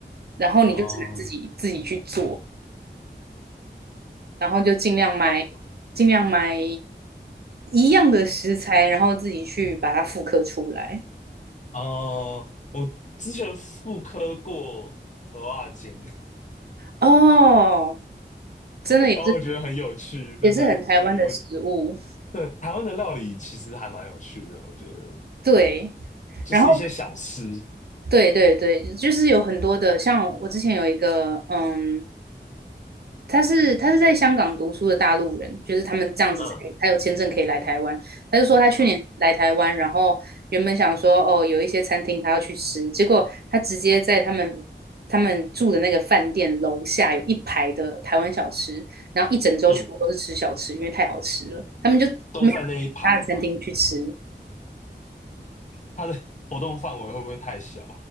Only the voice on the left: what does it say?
哦
哦
哦，我之前复刻过蚵仔煎，
<laughs> 然后我觉得很有趣，非常有趣。
我对台湾的料理其实还蛮有趣的，我觉得
就是一些小吃，
嗯
嗯
嗯，
都在那一排嘛。它的 <laughs> 活动范围会不会太小？